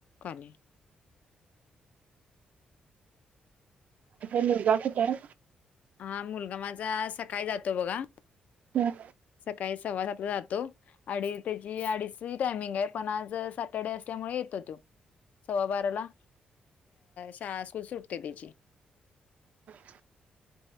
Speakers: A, on the left; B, on the right.
A: कॉले.
B: <inaudible> मुलगा कुठेय?
A: हा मुलगा माझा, सकाळी जातो बघा.
B: हा.
A: सकाळी सव्वा सातला जातो. आणि त्याची अडीच ची टायमिंग आहे पण आज सॅटर्डे असल्यामुळे येतो तो सव्वा बाराला, शाळा स्कूल सुटते तिची
B: <inaudible>